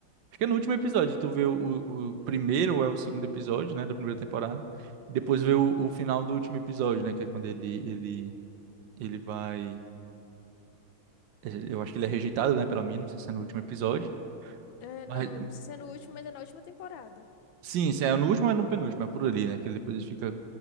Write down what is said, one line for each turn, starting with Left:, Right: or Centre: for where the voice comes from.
Right: Acho que é no último episódio, tu vê o, o- o primeiro ou é o segundo episódio, né, da primeira temporada. Depois
Left: Uhum,
Right: vê o, o final do último episódio, né, que é quando ele, ele, ele vai... é, Eu acho que ele é rejeitado, né, pela mina, não sei se é no último episódio.
Left: uhum. É,
Right: Mas,
Left: não, não sei se é no último, mas é na última temporada.
Right: sim, sim, é no último ou é no penúltimo, é por ali, né, que ele depois ele fica